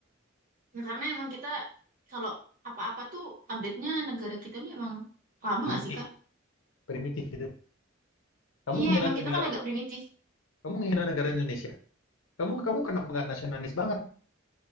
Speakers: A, on the right; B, on the left.
A: Ya, karena emang kita kalau apa-apa tuh update-nya negara kita ini emang lama
B: Primitif.
A: gak sih, Kak?
B: Primitif gitu. Kamu
A: Iya,
B: menghina
A: emang
B: negara,
A: kita kan agak primitif.
B: kamu menghina negara Indonesia. Kamu kamu kenapa nggak nasionalis banget?